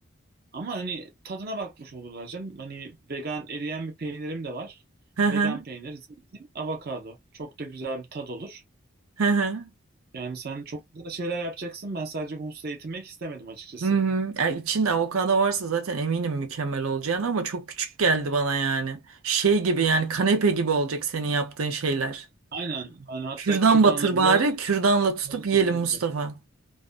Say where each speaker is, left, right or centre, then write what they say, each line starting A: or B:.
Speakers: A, on the right; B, on the right.
A: ama hani tadına bakmış olurlar canım. Hani vegan eriyen bir peynirim de var.
B: Hı hı,
A: Vegan peynir, zeytin, avokado. Çok da güzel bir tad olur.
B: hı hı.
A: Yani sen çok güzel şeyler yapacaksın. Ben sadece Humus'la yetinmek istemedim açıkçası.
B: Hı hı. Ya içinde avokado varsa zaten eminim mükemmel olacağını ama çok küçük geldi bana yani. Şey gibi yani kanepe gibi olacak senin yaptığın şeyler.
A: Aynen. Yani hatta
B: Kürdan
A: kürdanla
B: batır bari,
A: bile
B: kürdanla tutup
A: savaşabilirim.
B: yiyelim Mustafa.